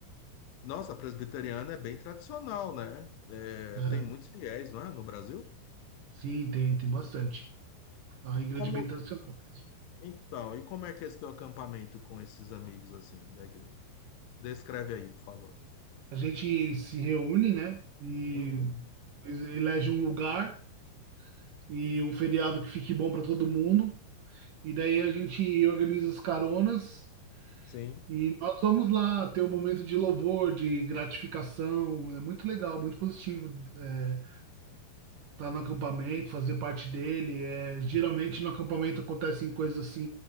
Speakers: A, on the left (about 85°); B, on the right (about 65°).
A: Nossa, a presbiteriana é bem tradicional, né? É,
B: né?
A: tem muitos fiéis, não é, no Brasil?
B: Sim, tem, tem bastante. É uma igreja
A: E como,
B: bem tradicional mesmo.
A: então, e como é que é esse teu acampamento com esses amigos assim da igreja? Descreve aí, por favor.
B: A gente se reúne, né? E
A: Uhum.
B: elege um lugar e um feriado que fique bom para todo mundo. E daí a gente organiza as caronas
A: Sim.
B: e nós vamos lá ter um momento de louvor, de gratificação. É muito legal, muito positivo. é, tá no acampamento, fazer parte dele. É, geralmente no acampamento acontecem coisas assim,